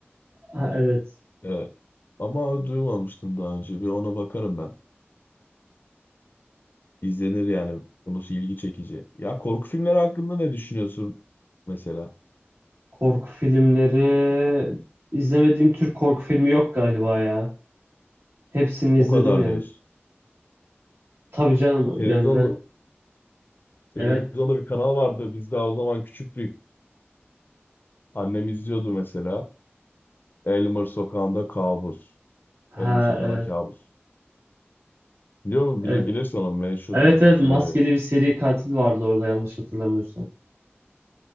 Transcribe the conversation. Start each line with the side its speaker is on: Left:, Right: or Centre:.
Right: Ha, evet.
Left: Evet. Ama duymamıştım daha önce. Bir ona bakarım ben. İzlenir yani. Konusu ilgi çekici. Ya korku filmleri hakkında ne düşünüyorsun mesela?
Right: Korku filmleri izlemediğim Türk korku filmi yok galiba ya. Hepsini izledim
Left: O kadar
Right: yani.
Left: diyorsun.
Right: Tabii canım
Left: Televizyonda,
Right: yani ben
Left: televizyonda
Right: evet
Left: bir kanal vardı. Biz daha o zaman küçüktük. Annem izliyordu mesela. Elmer Sokağı'nda Kabus.
Right: ha
Left: Elmer Sokağı'nda
Right: evet
Left: Kabus. Biliyor musun?
Right: evet.
Left: Bili- bilirsin onu. Meşhur
Right: Evet
Left: zaten
Right: evet
Left: Freddy.
Right: maskeli bir seri katil vardı orada yanlış hatırlamıyorsam.